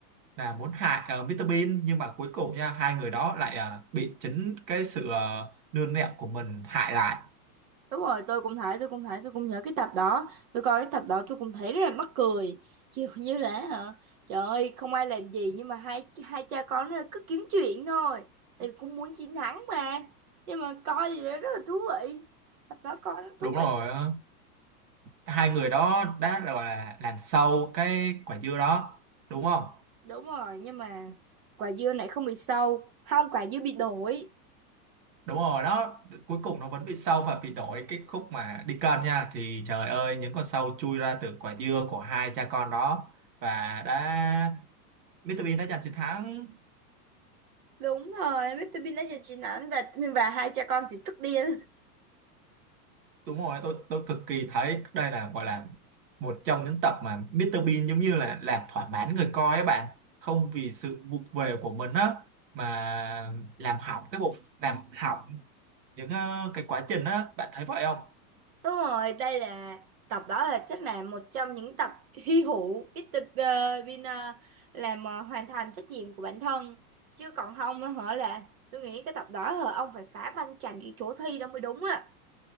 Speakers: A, on the right; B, on the right.
A: là muốn hại uh, Mr Bean nhưng mà cuối cùng nha hai người đó lại ờ, bị chính cái sự uh, nương nẹo của mình hại lại
B: Đúng rồi, tôi cũng thấy, tôi cũng thấy, tôi cũng nhớ cái tập đó. Tôi coi cái tập đó tôi cũng thấy rất là mắc cười. <laughs> Kiểu như là hả? Trời ơi, không ai làm gì nhưng mà hai hai cha con nó cứ kiếm chuyện thôi. Tại vì cũng muốn chiến thắng mà. Nhưng mà coi thì nó rất là thú vị. Tập đó coi nó thú
A: đúng rồi
B: vị.
A: á. hai người đó đã gọi là làm sâu cái quả dưa đó đúng không
B: Đúng rồi, nhưng mà quả dưa này không bị sâu. Không, quả dưa bị đổi.
A: đúng rồi đó cuối cùng nó vẫn bị sâu và bị đổi cái khúc mà đi cân nha thì trời ơi những con sâu chui ra từ quả dưa của hai cha con đó và đã Mr Bean đã giành chiến thắng
B: Đúng rồi, Mr. Bean đã giành chiến thắng và và hai cha con thì tức điên.
A: đúng rồi tôi tôi cực kỳ thấy đây là gọi là một trong những tập mà Mr Bean giống như là làm thỏa mãn người coi ấy bạn không vì sự vụng về của mình á mà làm hỏng cái bộ làm hỏng những ờ, cái quá trình á bạn thấy vậy không
B: Đúng rồi, đây là tập đó là chắc là một trong những tập hy hữu ít tập ờ, bên ờ, làm ờ, hoàn thành trách nhiệm của bản thân chứ còn không á hả là tôi nghĩ cái tập đó hả ông phải phá banh chành cái chỗ thi đó mới đúng á